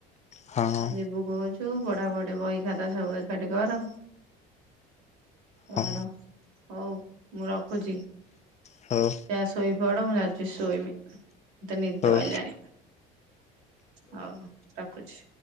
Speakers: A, on the left; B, on the right.
A: ହଁ
B: ଯିବୁ କହୁଚୁ ପଢାପଢି ବହି ଖାତା ସବୁ ଏକାଠି କର। କଣ
A: ହଁ
B: ହଉ ମୁଁ ରଖୁଛି।
A: ହଉ
B: ଯାହା ଶୋଇ ପଡ ମୁଁ ଯାଉଛି ଶୋଇମି ମତେ ନିଦ
A: ହଉ
B: ଆଇଲାଣି। ହଉ ରଖୁଛି।